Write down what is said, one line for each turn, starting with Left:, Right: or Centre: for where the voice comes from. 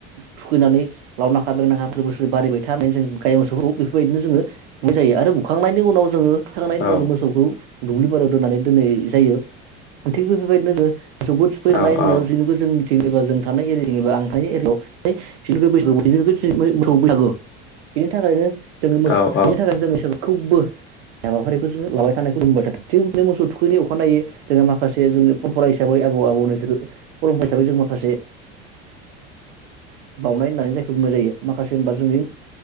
Right: थुखैनानै लावनाखा बेंनाखाफोर बोसोर बारिबाय था होननानै जों गाय मोसौखौ बेफोरबायदिनो जोङो बुनाय जायो आरो बुखांनायनि उनाव जोङो थुखै खांनायनि
Left: औ
Right: उनाव जों मोसौखौ दुब्लि बारियाव दोननानै दोननाय जायो थिग बेफोरबायदिनो जों मोसौखौ थुखै खांनाय
Left: औ औ
Right: उनाव जोंनिथिबा जों थानाय एबा आं थानाय एरियावहाय <unintelligible> बेनि थाखायनो जोङो मोसौ
Left: औ औ
Right: थुखैनो थाखाय जोङो खौबो हाबाफारिखौ जोङो लाबाय थानायखौ बुंबाय थादों थिग बिदिनो मोसौ थुखैनि अखानायनायै जोङो माखासे जोंनि परमपरा हिसाबै आबौ आबौनि फरम हिसाबै जों माखासे बावनाय होननानै जायखौ बुंनाय जायो माखासे होनबा जोंनि